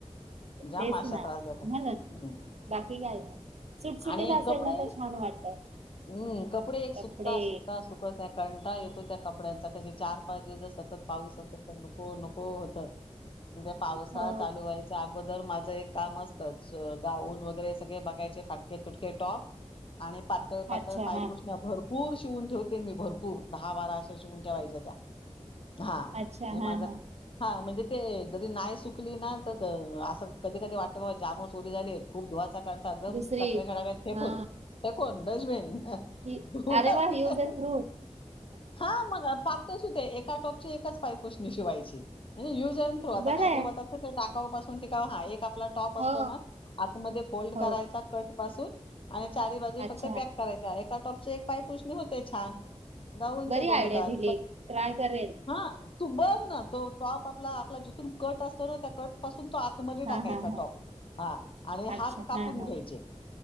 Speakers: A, on the left; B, on the right.
A: जाम
B: तेच
A: माशा
B: ना
A: त्रास देतात,
B: म्हणून
A: हं.
B: बाकी काय नाही. सुटसुटीत
A: आणि
B: असेल
A: कपडे?
B: ना तर छान वाटत
A: हम्म. कपडे एक सुकवता
B: कपडे
A: सुकवता सुकत- कंटाळा येतो त्या कपड्यांचा. कसे चार- पाच दिवस जर सतत पाऊस असेल तर नको नको- हो होत. म्हणजे पावसाळा
B: हो
A: चालू व्हायच्या आगो - दर माझं एक काम आसतच गाऊन वगैरे- सगळे बघायचे फाटके तुट- के टॉप- आणि पातळ पातळ
B: अच्छा
A: पायपुसणं
B: हा
A: भरपूर शिवून ठेऊ- मी भरपूर दहा बारा- शिवून ठेवायेच्या त्या ह
B: अच्छा
A: हे माझ
B: हा हा
A: हा म्हनजे- ते जरी -नाही सुकली ना तर असं कधी कधी वाटलं जामच ओले झाले खूप धुवाच- ग
B: दुसरी
A: कचऱ्याच्या डब्यात फेकून.
B: हा
A: फेकून डस्बीन.
B: ही-
A: <unintelligible>
B: अरे वा यूज अँड थ्रू
A: हा मग ते एका टॉपची आतच पायपुसणी शिवायची. Use and throw. आता
B: बरं
A: काहीतरी
B: आहे
A: म्हणतात ना ते टाकाऊ पासून टिकाऊ. हां, हे एक आपलं आपला टॉप
B: हो
A: असतोना आत मध्ये
B: हो
A: करायचा कट पासून आणि चारी बाजू
B: अच्छा
A: फक्त पॅक करायच्या आहेत - त्या टॉपचे एक पायपूस - होतंय छान. गांऊनच्या
B: बरी
A: दोन
B: आयडिया
A: होतात.
B: दिली ट्राय करेल
A: ह. तू बघ ना तो टॉप आपला जिथून कट असतो ना, त्या कट पासून तो आतमध्ये
B: हा
A: टाकायचा
B: हा हा
A: टॉप. हा आणि हात
B: अच्छा
A: कापून
B: हा हा
A: घ्यायचे.